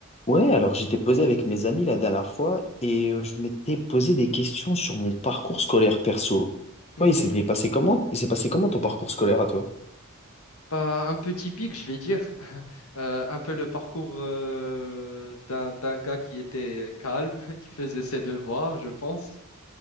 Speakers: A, on the left; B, on the left.
A: Ouais, alors j'étais posé avec mes amis la dernière fois et euh, je m'étais posé des questions sur mon parcours scolaire perso.
B: Mhm.
A: Ouais, il s'est passé comment? Il s'est passé comment ton parcours scolaire à toi?
B: Bah, un peu typique, je vais dire. <laughs> Euh, un peu le parcours euh, d'un d'un gars qui était calme, <laughs> qui faisait ses devoirs, je pense.